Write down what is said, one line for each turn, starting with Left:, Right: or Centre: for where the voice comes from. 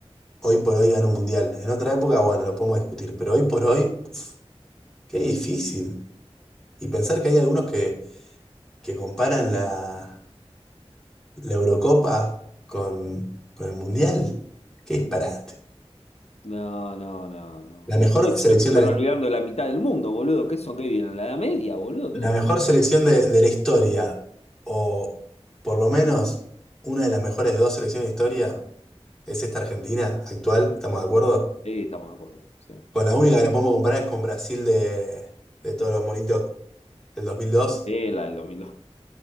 Centre: hoy por hoy gane un mundial. En otra época, bueno, lo podemos discutir, pero hoy por hoy, qué difícil. Y pensar que hay algunos que, que comparan la, la Eurocopa con, con el mundial. Qué disparate.
Left: No, no, no, no,
Centre: La
Left: no.
Centre: mejor
Left: Sí,
Centre: selección
Left: se están
Centre: de la,
Left: olvidando la mitad del mundo, boludo. ¿Qué son? ¿Qué vienen? ¿La Edad Media, boludo? ¿Qué
Centre: La
Left: les
Centre: mejor
Left: pasa?
Centre: selección de, de la historia, o por lo menos una de las mejores dos selecciones de historia, es esta Argentina actual, ¿estamos de acuerdo?
Left: Sí, estamos de acuerdo, sí.
Centre: Con la única que la podemos comparar es con Brasil de, de todos los monitos del 2002.
Left: Sí, la del 2002.